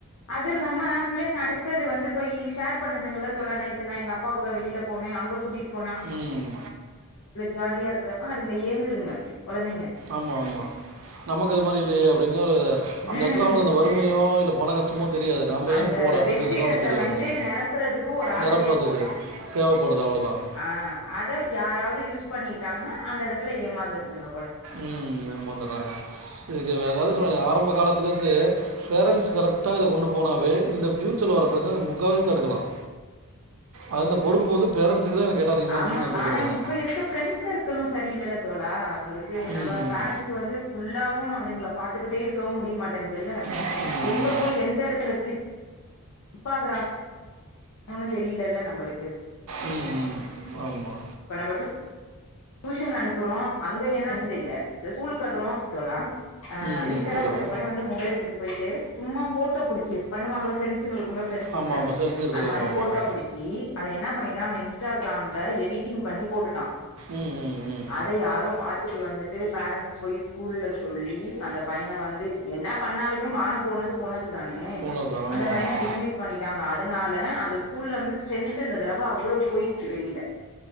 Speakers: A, on the left; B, on the right.
A: அது இல்லாம பிள்ளைங்க அடுத்தது வந்து போய் ஷேர் பண்ணுதுங்கள தோழர் நேத்து எங்க அப்பா கூட வெளியில போனே அங்க கூட்டிகிட்டு
B: உம்
A: ஜாலியா இருக்கிறப்ப அதுங்க ஏங்குதுங்க கொழந்தைங்க
B: ஆமா ஆமா நமக்கு அது மாரி இல்லையே அப்படின்னு ஒரு அந்த
A: ம்
B: இடத்துல அவுங்களுக்கு அந்த வறுமையோ இல்ல பண கஷ் தெரியாது நம்ம
A: அந்த
B: ஏன் போகல
A: வெற்றிடத்த
B: அப்படிங்கறத அவளுக்கு தெரியும்
A: வந்து
B: அவங்களுக்கு
A: நெரப்புறதுக்கு ஒரு ஆள்
B: நிரப்பத்துக்கு தேவைப்படுது அவ்வளோதான்
A: ஆஹ் அதை யாராவது யூஸ் பண்ணிக்கிட்டாங்கன்னா அந்த இடத்துல ஏமாந்துருந்தங்க
B: உம் எமந்துடுறாங்க இதுக்கு ஏதாவது ஆரம்ப காலத்த இருந்து பேரன்ஸ் கரெக்டா கொண்டு போனவே இந்த பியூச்சர் லா வரபிரச்சனைய முக்கவாசி தடுக்கலாம் அது இந்த பொறுப்பு வந்து பேரண்ட்ஸுக்கு தான் எனக்கு கேட்டால் அதிகமாக
A: ஆமா
B: இருக்கும்னு நான் சொல்லுவேன்
A: ஆனா
B: நான்
A: இப்ப இருக்க ஃப்ரெண்ட்ஸ் சர்க்கிளும் சரியில்ல்ல தோலா உங்களுக்கு நம்ம
B: ம்
A: பேரன்ஸ் வந்து புல்லாவும் அதுங்களை பாரத்துக்கிட்டே இருக்கவும் முடிய மாட்டேன்துல்ல
B: மாட்டேங்குது
A: எங்க போய் எந்த இடத்துல ஸ்ப் இன்ஸ்டாகிராமில் ஆம் தெரியலல்ல நம்மளுக்கு
B: உம் உம் ஆமா
A: நம்பம்பர் டு டிஷன் அனுப்புறோம் அங்க என்ன அந்தலூலுக்கு அப்புறோம்
B: ம்
A: ரீசண்டா
B: ம் சரிங்க
A: ஒரு பையன் வந்து மொபைல் எடுத்துட்டு போயிட்டு சும்மா போட்டோ பிடிச்சு பண்ணுவாங்கள ப்ரெண்ட்ஸங்களுக்குள்ள ரெண்ட்ஸங்க
B: ஆமாம் ஆமாம் செல்ஃபி எடுத்துக்கோங்க
A: அந்த மாதிரி
B: ஆமாம்
A: போட்டோ பிடிச்சி அதது என்ன பண்ணிட்டா அவன் இன்ஸ்டாகிராம்ல எடி் எடிட்டிங் பண்ணி போட்டுட்டான்
B: ம் ம் ம்
A: அதை யாரோ பாா்த்தது மஹிந்தத்துட்டு வந்துட்டு பேரண்டட்ஸ் போய் ஸ்கூல்ல சொல்லி அந்த பையனை வந்து என்ன பண்ணாலுமே மானம் போனது போனது தானே
B: போனது தான். ஆமாம்
A: அந்த பையனை
B: ஆமாம்
A: டிஸ்மிஸ் பண்ணிட்டாங்க அதனால அந்த ஸ்கூல்ல இருந்து ஸ்ட்ரென்த் இந்த தடவை அவ்வளவு போயிருச்சு வெளியில